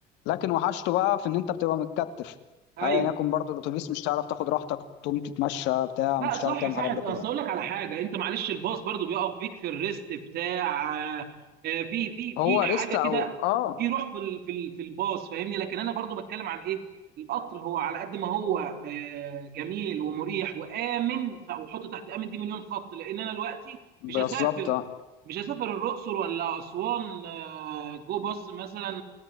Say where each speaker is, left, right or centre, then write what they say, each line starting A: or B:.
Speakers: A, on the left; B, on the right.
A: لكن وحشته بقى في ان انت بتبقى متكتف
B: ايوه
A: ايا يكن برضو الاتوبيس مش هتعرف تاخد راحتك تقوم تتمشى بتاع
B: لا
A: مش
B: صح
A: هتعرف تعمل
B: صح
A: الحاجات
B: اصل
A: دي كلها
B: اقول لك على حاجه انت معلش الباص برضو بيقف بيك في الريست بتاع آه، آه، في في في
A: هو
B: حاجه
A: ريست
B: كده
A: او اه
B: في روح في ال- في ال- في الباص فاهمني لكن انا برضو بتكلم عن ايه القطر هو على قد ما هو آه، جميل ومريح وامن ف- وحط تحت امن دي مليون خط لان انا دلوقتي
A: بالظبط
B: مش هسافر
A: آه.
B: مش هسافر الاقصر ولا اسوان آه، جو باص مثلا